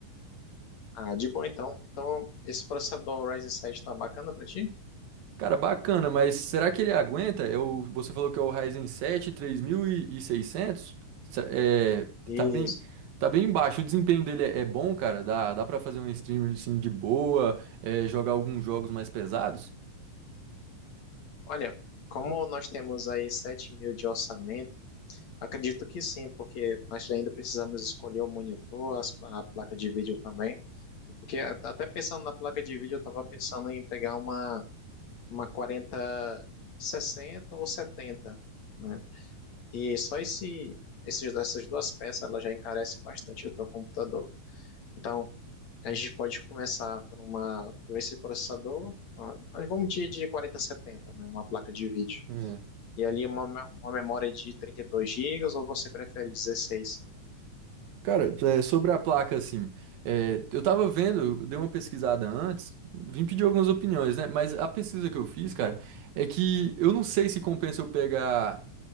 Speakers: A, on the left; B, on the right.
A: Ah, de boa então. Então, esse processador Ryzen 7 está bacana para ti?
B: Cara, bacana, mas será que ele aguenta? Eu, você falou que é o Ryzen 7 3600? Será- É,
A: Isso.
B: tá bem, tá bem baixo. O desempenho dele é, é bom, cara. Dá, dá para fazer um streamer assim de boa, é, jogar alguns jogos mais pesados?
A: Olha, como nós temos aí sete mil de orçamento, acredito que sim, porque nós ainda precisamos escolher o monitor, as- a placa de vídeo também. Porque a- até pensando na placa de vídeo, eu estava pensando em pegar uma, uma quarenta, sessenta ou 70, né? E só esse, esses, essas duas peças ela já encarece bastante o teu computador. Então, a gente pode começar por, uma, por esse processador, ah, mas vamos de, de 4070, né, uma placa de vídeo.
B: É.
A: E ali uma, me- uma memória de 32 gigas ou você prefere dezesseis
B: Cara, é, sobre a placa, assim, é, eu tava vendo, eu dei uma pesquisada antes, vim pedir algumas opiniões, né? Mas a pesquisa que eu fiz, cara, é que eu não sei se compensa eu pegar.